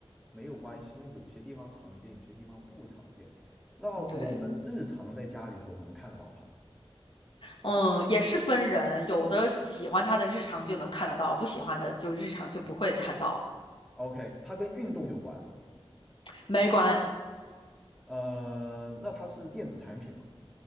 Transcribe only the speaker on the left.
嗯，对，嗯，也是分人，有的喜欢他的日常就能看得到，不喜欢的就日常就不会看到，
没关，